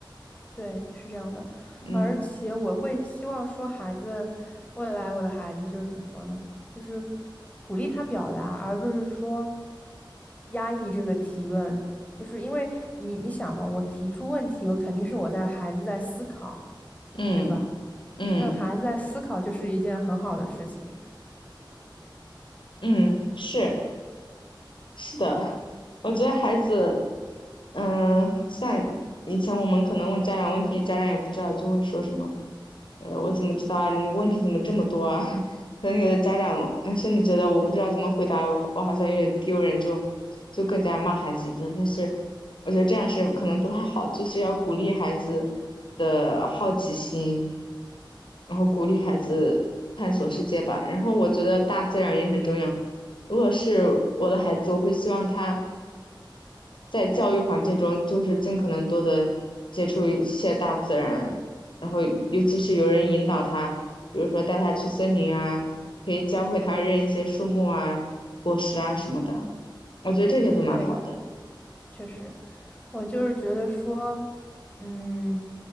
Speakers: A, on the left; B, on the left.
A: 对，是这样的。
B: 嗯
A: 而且我会希望说，孩子未来我的孩子就是怎么说呢？就是鼓励他表达，而不是说压抑这个提问。就是因为你你想嘛，我提出问题，我肯定是我在孩子在思考，
B: 嗯
A: 对吧？
B: 嗯
A: 那孩子在思考就是一件很好的事情。
B: 嗯，是。是的，我觉得孩子，嗯，像以前我们可能问家长问题，家长也不知道，就会说什么，呃，我怎么知道啊？你问题怎么这么多啊？<laughs> 可能有的家长，嗯，甚至觉得我不知道怎么回答，我好我好像有点丢人，就就更加骂孩子一顿。但是我觉得这样是可能不太好，就是要鼓励孩子的好奇心，然后鼓励孩子探索世界吧。然后我觉得大自然也很重要。如果是我的孩子，我会希望他在教育环境中，就是尽可能多的接触一些大自然，然后尤其是有人引导他，比如说带他去森林啊，可以教会他认一些树木啊、果实啊什么的，我觉得这些都蛮好的。
A: 对，确实，我就是觉得说，嗯，